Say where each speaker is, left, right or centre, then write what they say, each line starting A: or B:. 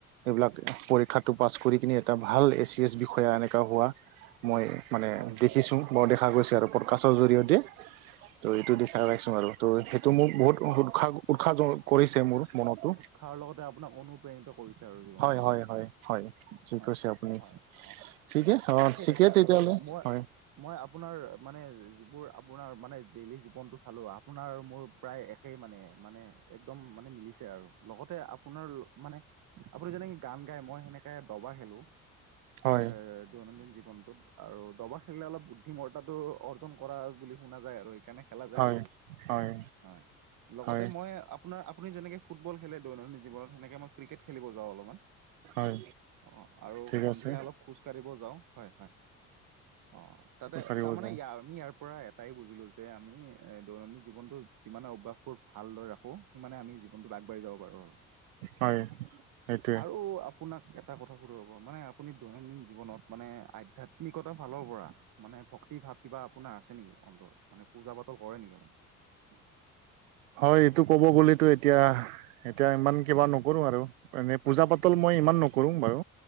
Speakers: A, on the right; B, on the right.
A: এইবিলাক পৰীক্ষাটো পাছ কৰি কিনে এটা ভাল এ চি এছ বিষয়া এনেকা হোৱা মই মানে
B: দেখা গৈছে
A: দেখিছোঁ
B: আৰু
A: বৰ দেখা গৈছে আৰু পডকাষ্টৰ জৰিয়তে।
B: হয়
A: ত' এইটো দিখা পাইছোঁ আৰু ত' সেইটো মোক বহুত উৎসাহ উৎসাহ কৰিছে মোৰ মনতো।
B: তাৰ লগতে আপোনাক অনুপ্ৰেণিত কৰিছে আৰু জীৱনত।
A: হয় হয় হয় হয়। ঠিক
B: হয়
A: কৈছে আপুনি,
B: হয় অ'।
A: ঠিকে অ',
B: তাকেই
A: ঠিকে
B: তাকে
A: তেতিয়াহ'লে
B: আৰু মই
A: হয়।
B: মই আপোনাৰ মানে যিবোৰ আপোনাৰ মানে ডেইলি জীৱনটো চালোঁ। আপোনাৰ আৰু মোৰ প্ৰায় এক একেই মানে মানে একদম মানে মিলিছে আৰু লগতে আপোনাৰ মানে আপুনি যেনেকে গান গাই। মই সেনেকে দবা খেলো
A: হয়
B: এ দৈনন্দিন জীৱনটোত আৰু দবা খেলিলে, অলপ বুদ্ধিমত্তাটো অৰ্জন কৰা বুলি শুনা যায় আৰু সেইকাৰণে খেলা যায়
A: হয়
B: অলপ।
A: হয়
B: হয়, লগতে
A: হয়
B: মই আপ আপোনাৰ আপুনি যেনেকে ফুটবল খেলে দৈনন্দিন জীৱনত সেনেকে মই ক্ৰিকেট খেলিব যাও অলপমান।
A: হয়
B: অ', আৰু
A: ঠিক
B: সন্ধিয়া
A: আছে
B: অলপ খোজ কাঢ়িব যাওঁ হয়, হয়, অ', তাতে
A: পাৰিব
B: তাৰমানে
A: যায়
B: আমি ইয়াৰ পৰা এটাই বুজিলোঁ যে আমি দৈনন্দিন জীৱনটো যিমানে অভ্যাস বোৰ ভালদৰে ৰাখো সিমানে আমি জীৱনটোত আগবাঢ়ি যাব পাৰো।
A: হয় সেইটোৱে
B: আৰু আপোনাক এটা কথা সোধোঁ ৰ'ব মানে আপুনি দৈনন্দিন জীৱনত মানে আধ্যাত্মিকতাৰ ফালৰ পৰা। মানে ভক্তি ভাৱ কিবা আপোনাৰ আছে নেকি অন্তৰত মানে পূজা-পাতল কৰে নেকি আপুনি?
A: হয়, এইটো ক'ব গ'লেতো এতিয়া এতিয়া ইমান কিবা নকৰো আৰু। এনেই পূজা-পাতল মই ইমান নকৰোঁ বাৰু